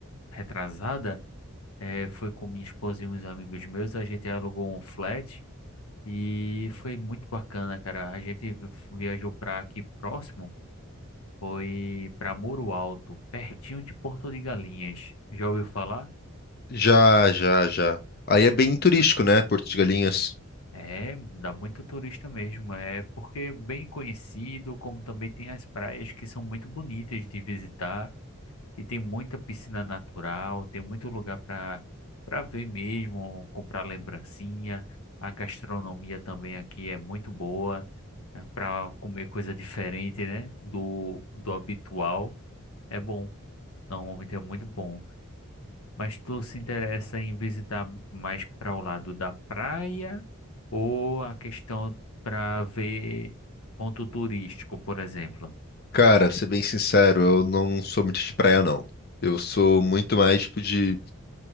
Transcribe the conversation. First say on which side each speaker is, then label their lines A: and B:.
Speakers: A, on the left; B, on the left.
A: retrasada, é, foi com minha esposa e uns amigos meus, a gente alugou um flat e foi muito bacana, cara. A gente vi- viajou pra aqui próximo Foi para Muro Alto, pertinho de Porto de Galinhas. Já ouviu falar?
B: Já, já, já. Aí é bem turístico, né, Porto de Galinhas.
A: É, dá muito turista mesmo. É porque é bem conhecido, como também tem as praias que são muito bonitas de visitar e tem muita piscina natural, tem muito lugar para para ver mesmo, comprar lembrancinha. A gastronomia também aqui é muito boa, para comer coisa diferente, né? Do do habitual. É bom. Normalmente é muito bom. Mas tu se interessa em visitar mais para o lado da praia ou a questão para ver ponto turístico, por exemplo?
B: Cara, ser bem sincero, eu não sou muito de praia não. Eu sou muito mais tipo de